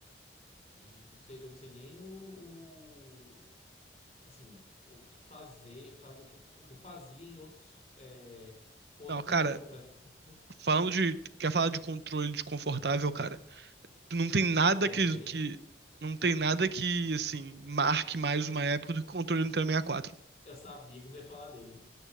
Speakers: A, on the left; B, on the right.
A: E eu não sei, eu não sei nem o, o- assim, o que fazer, fa- o que, o que eu fazia em outros, é, com outros
B: Não, cara,
A: controles, por exemplo.
B: falando de. Quer falar de controle desconfortável, cara?
A: <laughs>
B: Não tem nada
A: Quer
B: que,
A: ver?
B: que. Não tem nada que, assim, marque mais uma época do que o controle do Nintendo 64.
A: Eu sabia que você ia falar dele.